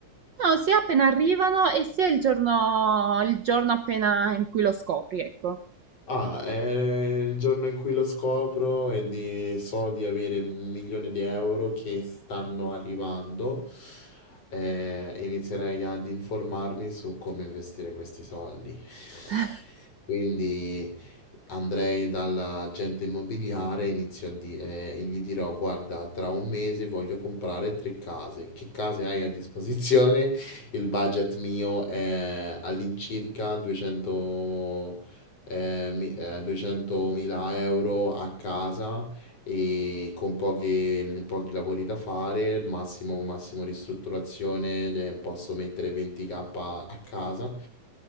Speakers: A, on the right; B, on the left.
A: No, sia appena arrivano e sia il giorno, il giorno appena in cui lo scopri, ecco.
B: Ah, è il giorno in cui lo scopro e di- so di avere un milione di euro che stanno arrivando, eh, inizierei ad informarmi su come investire questi soldi. <laughs>
A: <laughs>
B: Quindi andrei dall'agente immobiliare e inizio a di- eh, e gli dirò: Guarda, tra un mese voglio comprare tre case. Che case hai a disposizione? <laughs> Il budget mio è all'incirca 200.000 eh, mi- eh, 200.000 euro a casa e con poche- pochi lavori da fare, massimo, massimo ristrutturazione, eh, posso mettere 20k a casa.